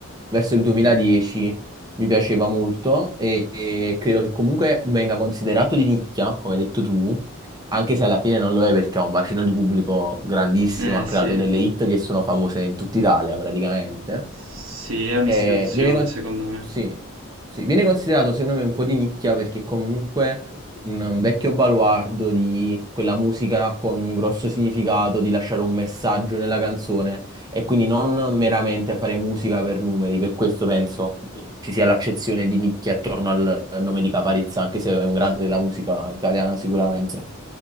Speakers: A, on the right; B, on the right.
A: verso il 2010 mi piaceva molto e, e credo che comunque venga considerato di nicchia, come hai detto tu, anche se alla fine non lo è perché ha un bacino di pubblico grandissimo,
B: eh
A: ha creato
B: sì,
A: delle hit che sono famose in tutta Italia praticamente.
B: sì, è un'istituzione
A: Eh, viene, con-
B: secondo me.
A: sì, sì, viene considerato secondo me un po' di nicchia perché comunque un vecchio baluardo di quella musica con un grosso significato, di lasciare un messaggio nella canzone e quindi non meramente fare musica per numeri, per questo penso ci sia l'accezione di nicchia attorno al nome di Caparezza, anche se è un grande
B: Sì.
A: della musica italiana sicuramente.